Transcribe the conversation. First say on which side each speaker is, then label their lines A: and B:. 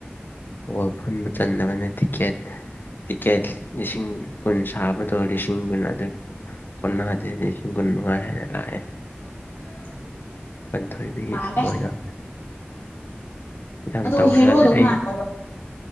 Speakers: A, on the left (about 55°); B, on the left (about 85°).
A: ꯑꯣꯏ ꯐꯝꯕ ꯆꯟꯅꯕꯅ ꯇꯤꯀꯦꯠ ꯇꯤꯀꯦꯠ ꯂꯤꯁꯤꯡ ꯀꯨꯟ ꯁꯥꯕꯗꯣ ꯂꯤꯁꯤꯡ ꯀꯨꯟ ꯑꯗꯨꯗ ꯀꯨꯟꯥꯁꯦ ꯂꯤꯁꯤꯡ ꯀꯨꯟ ꯃꯉꯥ ꯍꯥꯏꯅ ꯂꯥꯛꯑꯦ
B: <unintelligible>
A: ꯄꯟꯊꯣꯏꯕꯤꯠ
B: ꯃꯥꯜꯂꯦ
A: ꯃꯣꯏꯁ ꯌꯥꯝ
B: ꯑꯗꯣ
A: ꯇꯧꯈ꯭ꯔꯕꯅꯤ
B: ꯍꯦꯔꯣꯗꯣ ꯀꯅꯥꯅꯣꯕ
A: ꯑꯩ